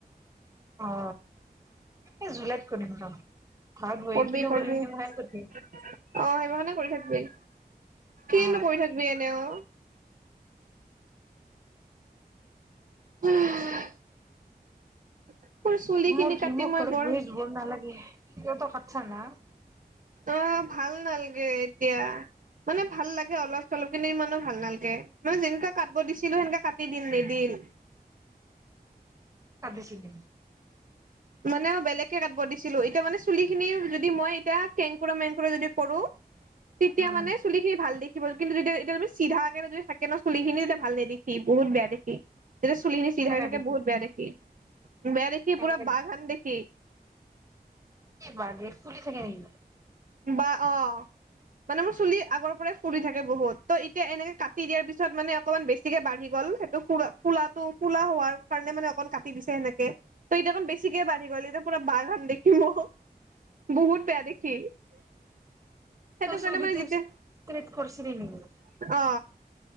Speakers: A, on the right; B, on the right.
A: অ, এই জুলাইত কৰিম ৰ। ঘৰত বহি
B: কৰবি-কৰবি,
A: কিনো কৰিম সেইমাখান
B: অ
A: কৰিম
B: সেইমাখনে কৰি থাকিবি। কিনো
A: আ
B: কৰি থাকিবি এনে অ <inaudible> <inaudible> তোৰ চুলি
A: মোৰ
B: খিনি
A: কি
B: কাটি
A: মোক
B: মই
A: ঘৰত
B: বৰ
A: বহি জৰ নালাগে সিহতক ছ না?
B: অ ভাল নালাগে এতিয়া, মানে ভাল লাগে অলপ-চলপ কিন্তু ইমানো ভাল নালাগে, মানে যেনেকা কাটব দিছিলো সেনেকা কাট দিল নিদিল।
A: কটিছিলি
B: মানে বেলেগকে কাটব দিছিলো এতিয়া মানে চুলিখিনি যদি মই এতিয়া কেংকুৰা-মেংকুৰা যদি কৰো। তেতিয়া
A: উম
B: মানে চুলিখিনি ভাল দেখিব, কিন্তু যেতিয়া-এতিয়া তুমি চিধা সেইকাৰণে যদি থাকে ন চুলিখিনি তেতিয়া ভাল নেদেখি, বহুত বেয়া দেখি। যেতিয়া চুলিখিনি
A: কেনে
B: চিধা হৈ
A: কাটিছিলি
B: থাকে, বহুত বেয়া দেখি। বেয়া দেখি
A: কেনেকে
B: পুৰা বাঘান দেখি
A: এই বাগে চুলি থাকে নেকি?
B: বা অ মানে মোৰ চুলি আগৰ পৰাই ফুৰি থাকে বহুত, ত' এতিয়া এনেকে কাটি দিয়াৰ পিছত মানে অকমান বেছিকে বাঢ়ি গ'ল, সেইটো কুৰা-ফুৰাটো কলা হোৱাৰ কাৰণে মানে অকমান কাটি দিছে সেনেকে, ত এতিয়া অকণ বেছিকে বাঢ়ি গ'ল, এতিয়া পুৰা বাঘহন দেখি ম বহুত বেয়া দেখি। সেইটো
A: ত <unintelligible>
B: কাৰণে মানে যেতিয়া
A: প্ৰেট কৰিছিলি নেকি?
B: অ